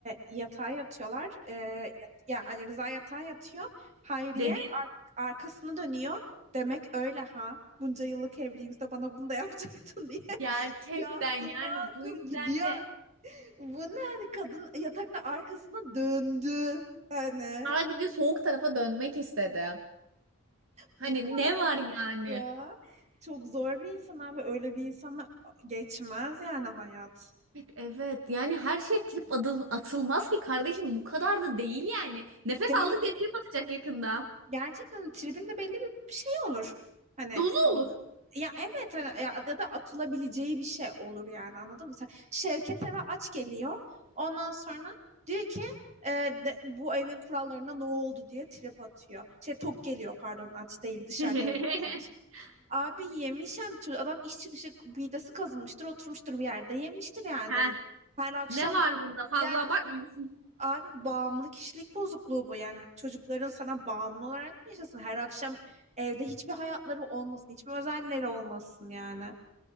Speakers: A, on the right; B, on the right.
A: yatağa yatıyorlar. E, yat- ya Ali Rıza yatağa yatıyor. Hayriye
B: Dedim
A: arkasını dönüyor. Demek öyle ha. Bunca yıllık evliliğimizde bana bunu da yapacaktın diye.
B: gerçekten
A: <laughs> Yastığına
B: yani
A: akıp
B: bu yüzden
A: gidiyor.
B: de
A: Bu ne hani kadın yatakta arkasına döndü. Yani
B: sadece soğuk tarafa dönmek istedi. Hani
A: bu kadar
B: ne
A: olmaz
B: var yani?
A: ya. Çok zor bir insan abi. Öyle bir insanla geçmez yani hayat.
B: Evet yani her şey trip adıl- atılmaz ki kardeşim bu kadar da değil yani. Nefes
A: Değil.
B: aldık diye trip atacak yakında.
A: Gerçekten tribinde belli bir bir şey olur. Hani
B: Dozu olur.
A: Ya evet hani ya, ya da atılabileceği bir şey olur yani anladın mı? Sen, Şevket eve aç geliyor. Ondan sonra diyor ki e, de- bu evin kurallarına ne oldu diye trip atıyor. Şey tok geliyor pardon aç değil dışarıda
B: <laughs>
A: yemek yemiş. Abi yemiş yani çocuk- adam iş çıkışı midesi kazınmıştır oturmuştur bir yerde yemiştir yani.
B: Ha,
A: Her akşam
B: ne var bunda? Fazla
A: ya
B: abartmıyorsun.
A: Abi bağımlı kişilik bozukluğu bu yani çocukların sana bağımlı olarak mı yaşasın? Her akşam evde hiçbir hayatları olmasın, hiçbir özelleri olmasın yani.